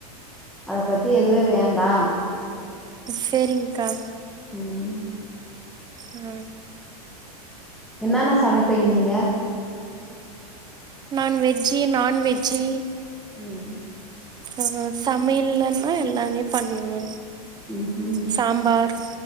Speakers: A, in the centre; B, on the right.
A: அத பத்தி எதுவே வேண்டாம்
B: செரிங்க்கா
A: ம்
B: ம்
A: என்னான்னா சமைப்பீங் நீங்க
B: நான் வெஜ்ஜி நான்வெஜ்ஜி
A: ம் ம்
B: அ அ சமைல்லன்னா எல்லாமே பண்ணுவ
A: ம் ம்
B: சாம்பார்